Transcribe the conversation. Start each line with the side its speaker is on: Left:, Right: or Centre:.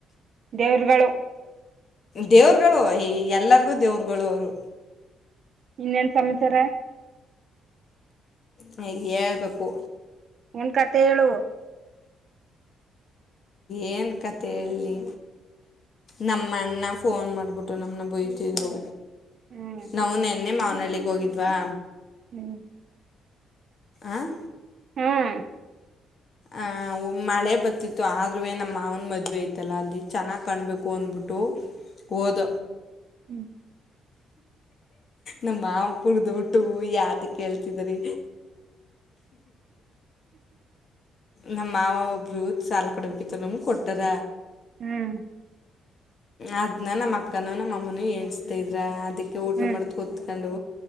Right: ದೇವ್ರುಗಳು
Left: ದೇವರಗಳು ಎಲ್ಲರಿಗೂ ದೇವರುಗಳು ಅವರು
Right: ಇನ್ನೇನ್ ಸಮಾಚಾರ
Left: ಹ ಹೇಳ್ಬೇಕು
Right: ನಿನ್ನ ಕತೆ ಹೇಳು
Left: ಏನ್ ಕತೆ ಹೇಳಲಿ? ನಮ್ಮ ಅಣ್ಣ ಫೋನ್ ಮಾಡ್ಬಿಟ್ಟು ನಮನ ಬಯ್ತಿದ್ರು.
Right: ಹ್ಮ್
Left: ನಾವು ನೆನ್ನೆ ಮಾವನಹಳ್ಳಿಗ್ ಹೋಗಿದ್ವಾ!
Right: ಹ್ಮ್
Left: ಆಂ
Right: ಹ್ಮಂ
Left: ಆ ಮಳೆ ಬರ್ತಿತ್ತು ಆದ್ರುವೆ ನಮ್ಮ್ ಮಾವನ್ ಮದ್ವೆ ಐತಲ್ಲ ಅಲ್ಲಿ ಚೆನ್ನಾಗ್ ಕಾಣಬೇಕು ಅಂದಬಿ ಫಟ್ಟೋ <unintelligible> ಹೋದ
Right: ಹ್ಮ್
Left: ನಮ್ಮ ಮಾವ ಕುಡಿದ್ಬಿಟ್ಟು ಯಾತಕ ಕೇಳ್ತಿದ್ರಿ? ನಮ್ಮ ಮಾವ ಒಬ್ರು ಸಾಲ ಕೊಡ್ಬೇಕಿತ್ತು ನಮ್ಗೆ ಕೊಟ್ಟರ
Right: ಹ್ಮಂ
Left: ಅದ್ನ ನಮ್ಮ ಅಕ್ಕನು ನಮ್ಮಅಮ್ಮನೂ ಏನ್ಸ್ತಿದ್ರ ಅದಕ್ಕೆ ಊಟ
Right: ಹ್ಮ್
Left: ಮಾಡ್ದ ಕುತ್ಕೊಂಡು,